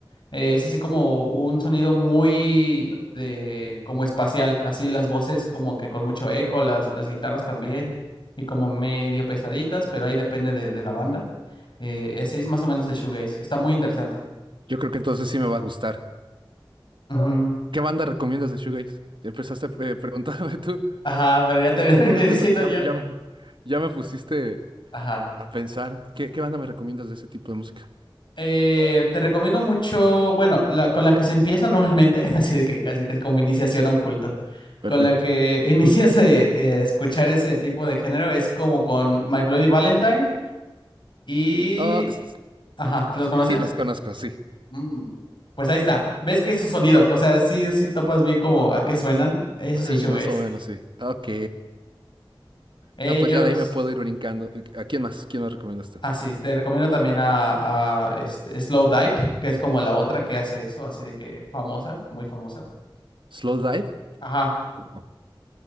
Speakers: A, on the left; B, on the right.
A: Eh, es así como un sonido muy de, como espacial, así las voces como que con mucho eco, las, las guitarras también, y como medio pesaditas, pero ahí depende de, de la banda. Eh, así es más o menos el shoegaze. Está muy interesante.
B: yo creo que entonces sí me va a gustar.
A: Ujú.
B: ¿Qué banda recomiendas de shoegaze? Empezaste eh, <laughs> preguntándome tú,
A: Ajá, pero ya terminé
B: pero
A: <laughs> diciendo
B: te- ya,
A: yo.
B: ya me ya me pusiste
A: Ajá.
B: a pensar, ¿qué, qué banda me recomiendas de ese tipo de música?
A: Eh, te recomiendo mucho, bueno, la con la que se empieza normalmente, <laughs> así de que casi que es como iniciación a un culto.
B: Perfecto.
A: Con la que <laughs> inicias a, eh, escuchar ese tipo de género es como con My Bloody Valentine Y...
B: Ah, s-
A: Ajá, ¿los conoces?
B: sí, los conozco, sí.
A: Mm, Pues ahí está. ¿Ves que es su sonido? O sea, sí, sí topas bien como a qué suenan. Eso
B: Sí,
A: es el shoegaze.
B: más o menos, sí. Ok.
A: Ellos...
B: No, pues ya de ahí me puedo ir brincando. Uy, ¿A quién más? ¿Quién más recomiendas tú?
A: Ah, sí, te recomiendo también a, a, este, Slow Dive, que es como la otra que hace eso, así de que famosa, muy famosa.
B: ¿Slow
A: Ujú.
B: Dive?
A: Ajá,
B: Co- o-